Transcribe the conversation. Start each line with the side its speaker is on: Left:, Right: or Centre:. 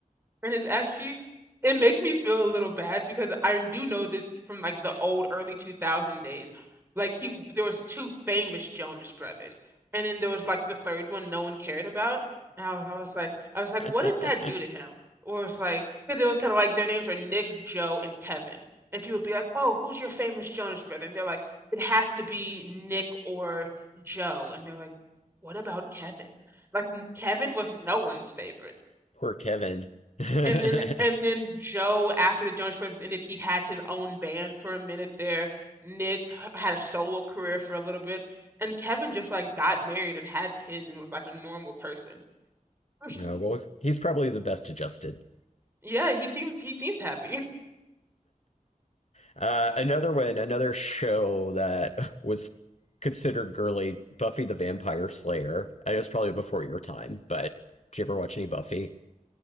Right: And it's actually it makes me feel a little bad because I do know this from like the old early 2000 days. Like he there was two famous Jonas Brothers. And then there was like the third one no one cared about. And I was, I was like I was like
Left: <laughs>
Right: what did that do to him? Or it's like because it was kind of like their names are Nick, Joe, and Kevin. And people would be like, "Oh, who's your famous Jonas brother?" And they're like, "It has to be Nick or Joe." And they're like, "What about Kevin?" Like n- Kevin was no one's favorite.
Left: Poor Kevin. <laughs>
Right: And then and then Joe, after the Jonas Brothers ended, he had his own band for a minute there. Nick had a solo career for a little bit, and Kevin just like got married and had kids and was like a normal person. <laughs>
Left: No, well, he's probably the best adjusted.
Right: Yeah, he seems he seems happy.
Left: Uh, another one, another show that was considered girly, Buffy the Vampire Slayer. I know it's probably before your time, but did you ever watch any Buffy?